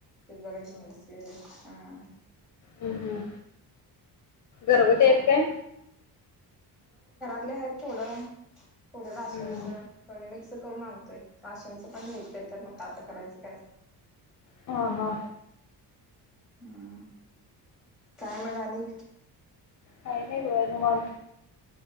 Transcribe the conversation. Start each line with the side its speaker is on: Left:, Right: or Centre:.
Centre: ते जरा घेऊन बसलेले हा
Left: हम् हम घरगुती आहेत
Centre: हा.
Left: काय
Centre: ले आहेत थोडं थोड्या भाषांचं
Left: हम्म
Centre: दोन्ही मिक्स करून आणतोय राशांनचं पण मिळत्यात त्याना मग आता करायचं काय
Left: हा हा
Centre: हम्म काय मग आणि
Left: काय नाही ग निवांत